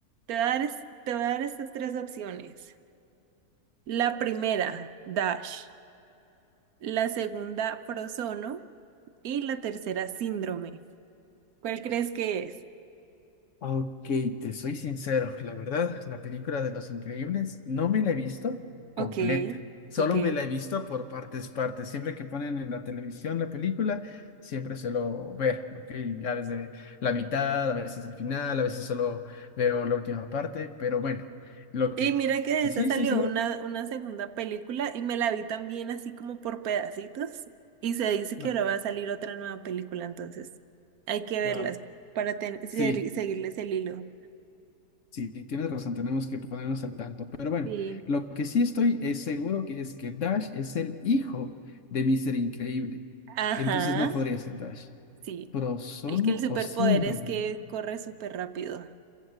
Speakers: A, on the right (about 70°); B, on the left (about 55°).
A: Te voy a dar, es- te voy a dar estas tres opciones. La primera, Dash. La segunda, Frozono. Y la tercera, Síndrome. ¿Cuál crees que es?
B: Ok, te soy sincero, la verdad, la película de Los Increíbles no me la he visto completa,
A: Ok,
B: solo
A: ok.
B: me la he visto por partes, partes. Siempre que ponen en la televisión la película, siempre suelo ver, ok, ya desde la mitad, a veces el final, a veces solo veo la última parte, pero bueno, lo
A: Y
B: que
A: mira que de
B: sí
A: esa
B: estoy
A: salió
B: seguro,
A: una, una segunda película y me la vi también así como por pedacitos. Y se dice
B: no,
A: que ahora va a salir otra nueva película, entonces hay que
B: wow,
A: verlas para ten- se-
B: sí.
A: seguirles el hilo.
B: Sí, tienes razón, tenemos que ponernos al tanto. Pero bueno,
A: Sí.
B: lo que sí estoy es seguro que es que Dash es el hijo de Mister Increíble.
A: Ajá,
B: Entonces no podría ser Dash.
A: sí.
B: Prosono
A: El que el superpoder
B: o síndrome.
A: es que corre súper rápido.